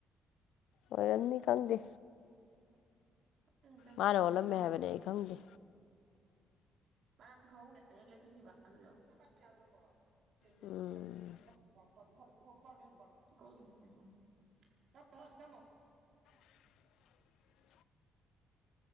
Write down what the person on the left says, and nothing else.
ꯑꯣꯏꯔꯝꯅꯤ ꯈꯪꯗꯦ
ꯃꯥꯅ
ꯑꯣꯜꯂꯝꯃꯦ
ꯍꯥꯏꯕꯅꯦ ꯑꯩ ꯈꯪꯗꯦ
ꯎꯝ
<inaudible>